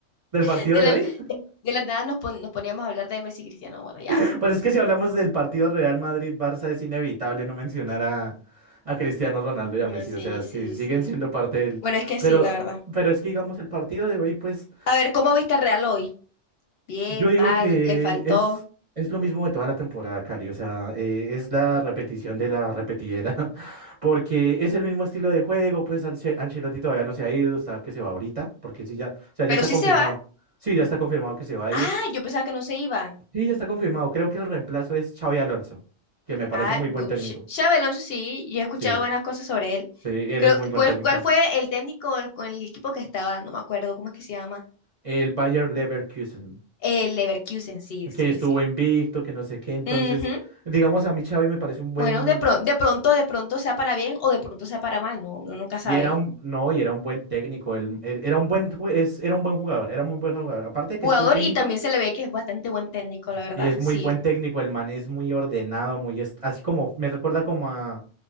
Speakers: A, on the right (about 35°); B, on the left (about 65°).
A: Del
B: <laughs>
A: partido
B: De
A: de
B: la,
A: hoy.
B: de, de la nada nos, pon- nos poníamos a hablar de Messi y Cristiano. Bueno, ya.
A: <laughs> Pero es que si hablamos del partido Real Madrid-Barça, es inevitable no mencionar a, a Cristiano Ronaldo y
B: Bueno,
A: a Messi.
B: sí,
A: O sea, es
B: sí,
A: que siguen
B: sí.
A: siendo parte del.
B: Bueno, es que
A: Pero,
B: sí, la verdad.
A: pero es que, digamos, el partido de hoy, pues.
B: A ver, ¿cómo viste al Real hoy? Bien,
A: Yo digo
B: mal,
A: que
B: le faltó.
A: es, es lo mismo de toda la temporada, Cari. O sea, eh, es la repetición de la repetidera. <laughs> Porque es el mismo estilo de juego. Pues Ance- Ancelotti todavía no se ha ido. Está que se va ahorita. Porque sí, ya. O sea, ya
B: Pero
A: está
B: sí
A: confirmado.
B: se va.
A: Sí, ya está confirmado que se va a
B: Ah,
A: ir.
B: yo pensaba que no se iba.
A: Sí, ya está confirmado. Creo que el reemplazo es Xavi Alonso. Que me parece
B: Ah,
A: muy
B: bu-
A: buen técnico.
B: X- Xabi Alonso sí, yo he escuchado
A: Sí,
B: buenas cosas sobre él.
A: sí, él
B: Creo,
A: es muy
B: Sí.
A: buen
B: ¿cuál,
A: técnico.
B: cuál fue el técnico del- con el equipo que estaba? No me acuerdo cómo es que se llama.
A: El Bayer Leverkusen.
B: El Leverkusen, sí, sí,
A: Que estuvo
B: sí.
A: invicto, que no sé qué. Entonces,
B: Sí. Ujú.
A: digamos, a mí Xavi me parece un buen.
B: Bueno, de pronto, de pronto, de pronto sea para bien o de pronto sea para mal, no, uno nunca sabe.
A: Y era un, no, y era un buen técnico, él, él- era un buen, ju- es, era un buen jugador, era muy buen jugador. Aparte de
B: Jugador
A: que es buen técnico,
B: y también se le ve que es bastante buen técnico, la verdad.
A: y es muy
B: Sí,
A: buen técnico, el man es muy ordenado, muy, est- así como, me recuerda como a,